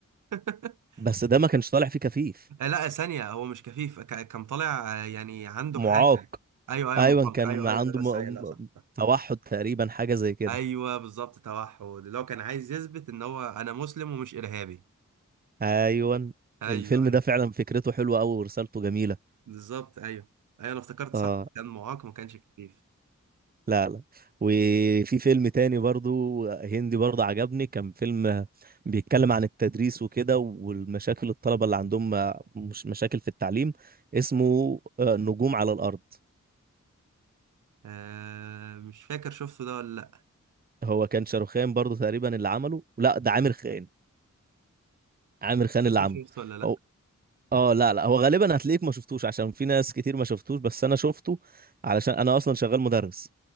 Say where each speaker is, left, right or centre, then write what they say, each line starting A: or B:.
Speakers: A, on the right; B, on the right.
A: <laughs>
B: بس ده ما كانش طالع فيه كفيف
A: آه، لا ثانية هو مش كفيف ك- كان طالع آه، يعني عنده
B: معاق
A: حاجة ايوه ايوه
B: ايوه
A: محاك
B: كان
A: ايوه
B: عنده
A: ايوه ايوه بس
B: م...
A: ايوه لا صح
B: م-
A: صح
B: توحد تقريبا حاجه زي كده
A: ايوه بالظبط توحد اللي هو كان عايز يثبت ان هو انا مسلم ومش ارهابي
B: ايوه
A: ايوه
B: الفيلم
A: ايوه
B: ده فعلا فكرته حلوه قوي ورسالته جميله
A: بالظبط ايوه ايوه انا افتكرت
B: اه
A: صح كان معاق ما كانش كفيف
B: لا لا وفي فيلم تاني برضو هندي برضو عجبني كان فيلم بيتكلم عن التدريس وكده والمشاكل الطلبة اللي عندهم مش مشاكل في التعليم اسمه آه، نجوم على الأرض
A: آه مش فاكر شفته ده ولا لا
B: هو كان شاروخان برضو تقريبا اللي عمله لا ده عامر خان عامر خان
A: فاكر
B: اللي عمله
A: شفته ولا لا
B: هو اه لا لا هو غالبا هتلاقيك ما شفتوش عشان في ناس كتير ما شفتوش بس انا شفته علشان انا اصلا شغال مدرس